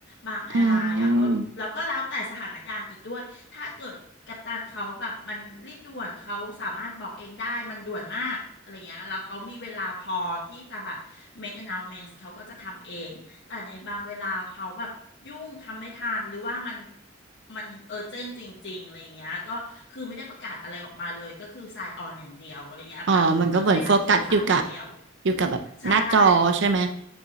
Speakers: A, on the left (about 60°); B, on the right (about 65°).
A: บางแอร์ไลน์อ่ะก็แล้วก็แล้วแต่สถานการณ์อีกด้วย
B: อืม
A: ถ้าเกิดกัปตันเขาแบบมันรีบด่วนเขาสามารถบอกเองได้มันด่วนมากอะไรเงี้ยแล้วเขามีเวลาพอที่จะแบบ make announcements เขาก็จะทำเอง แต่ในบางเวลาเขาแบบยุ่งทำไม่ทันหรือว่ามันมันเออเจนจริงๆอะไรอย่างเงี้ยก็คือไม่ได้ประกาศอะไรออกมาเลยก็คือสายออนอย่างเดียวอะไรเงี้ยแบบเออให้รัดเข็มขัดอย่างเดียว
B: อ๋อมันก็เหมือนโฟกัสอยู่กับอยู่กับแบบหน้าจอใช่ไหม
A: ใช่